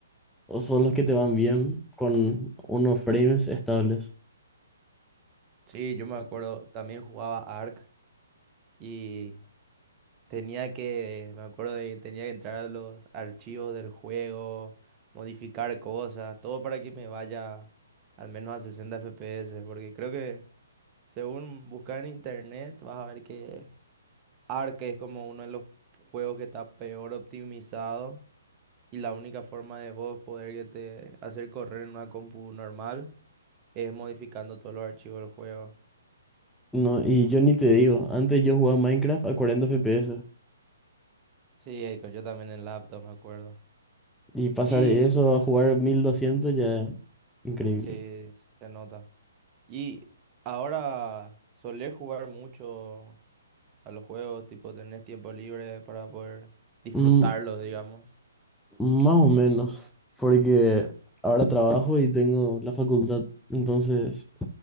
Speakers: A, in the centre; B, on the right.
A: o son los que te van bien con unos frames estables.
B: Sí, yo me acuerdo, también jugaba Ark y tenía que, me acuerdo de, tenía que entrar a los archivos del juego, modificar cosas, todo para que me vaya al menos a 60 FPS, porque creo que según buscar en internet vas a ver que Ark es como uno de los juegos que está peor optimizado y la única forma de vos poder que te hacer correr en una compu normal es modificando todos los archivos del juego.
A: No, y yo ni te digo, antes yo jugaba Minecraft a 40 FPS
B: Sí, Eiko, yo también en laptop me acuerdo.
A: y pasar
B: Y
A: eso a jugar 1200 ya increíble.
B: sí, se nota. Y ahora solés jugar mucho a los juegos, tipo tenés tiempo libre para poder disfrutarlos,
A: Mm,
B: digamos.
A: más o menos, porque ahora trabajo y tengo la facultad, entonces